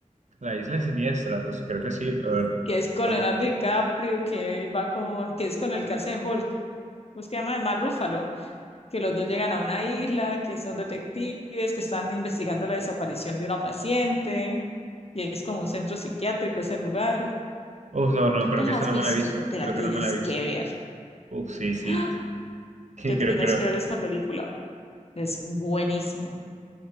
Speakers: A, on the right; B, on the left.
A: La Isla Siniestra, pues creo que sí, a ver,
B: que es con
A: estamos,
B: Leonardo DiCaprio, que él va con, que es con el que hace de Hulk, ¿cómo es que se llama? El Mar Rúfalo, que los dos llegan a una isla, que son detectives, que están investigando la desaparición de una paciente, y es como un centro psiquiátrico ese lugar.
A: uf, no, no,
B: ¿No
A: creo
B: te la
A: que esa
B: has
A: no
B: visto?
A: me la he visto,
B: Te la
A: creo
B: tienes
A: que no me la he
B: que
A: visto.
B: ver.
A: Uf, sí, sí.
B: <gasps> ¡Ah!
A: <laughs> Sí,
B: Te
A: Creo,
B: tienes
A: creo.
B: que ver esa película. Es buenísima.